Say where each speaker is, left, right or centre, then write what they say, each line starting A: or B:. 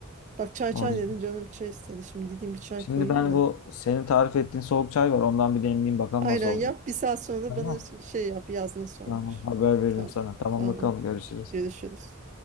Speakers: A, on the right; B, on the left.
A: Bak çay
B: O
A: çay
B: yüzden.
A: dedin canım çay istedi. Şimdi gideyim bir çay
B: Şimdi
A: koyayım
B: ben
A: da.
B: bu senin tarif ettiğin soğuk çay var. Ondan bir demleyeyim bakalım
A: Aynen
B: nasıl olacak.
A: yap. Bir saat sonra da
B: Tamam.
A: bana şey şey yap. Yaz nasıl olmuş.
B: Tamam. Haber veririm
A: Tamam.
B: sana. Tamam
A: Tamam.
B: bakalım görüşürüz.
A: Görüşürüz.